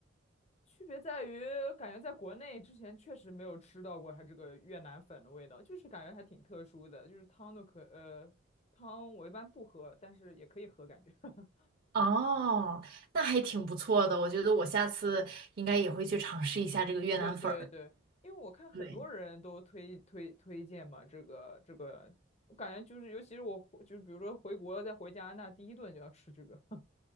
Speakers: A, on the left; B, on the right.
A: 区别在于，感觉在国内之前确实没有吃到过它这个越南粉的味道，就是感觉还挺特殊的，就是汤都可，呃，汤我一般不喝，但是也可以喝，感觉。<laughs>
B: 哦，那还挺不错的，我觉得我下次应该也会去尝试一下这个越南粉儿。
A: 对对对，因为我看很多人都推推推荐嘛，
B: 对，
A: 这个这个，我感觉就是，尤其是我回就是比如说回国再回加拿大，第一顿就要吃这个。<laughs>